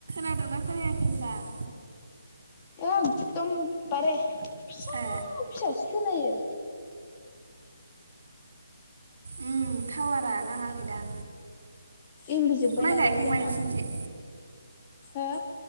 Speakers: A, on the right; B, on the left.
A: दोंना खोनायाखै होनदां
B: एकदम बारे फिसा
A: ए
B: फिसासो खोनायो
A: उम टावारा नाङाखैदां
B: एमबि जोब्बाय
A: माइ
B: नालाय
A: गायखांबाय
B: जोंना
A: नोंसोरनिथिं
B: हो